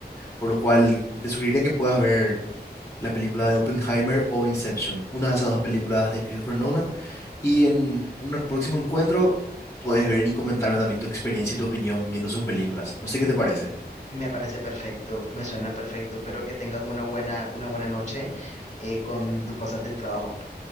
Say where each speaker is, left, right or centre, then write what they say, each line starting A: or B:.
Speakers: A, on the left (about 20°); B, on the left (about 45°).
A: Por lo cual, te sugeriría que puedas ver la película de Oppenheimer o Inception, una de esas dos películas de Christopher Nolan. Y en un próximo encuentro puedes ver y comentarme también tu experiencia y tu opinión viendo sus películas. No sé qué te parece.
B: Me parece perfecto, me suena perfecto. Espero que tengas una buena, una buena noche eh, con tus cosas del trabajo.